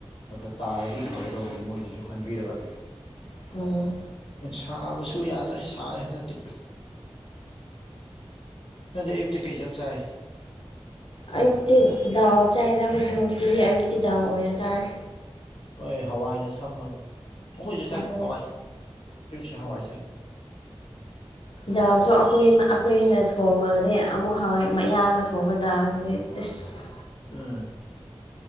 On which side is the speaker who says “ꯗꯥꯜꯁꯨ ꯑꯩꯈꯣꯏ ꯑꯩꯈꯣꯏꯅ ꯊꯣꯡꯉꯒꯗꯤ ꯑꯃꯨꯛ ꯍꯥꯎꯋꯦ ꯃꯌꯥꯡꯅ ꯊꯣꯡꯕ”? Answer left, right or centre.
Left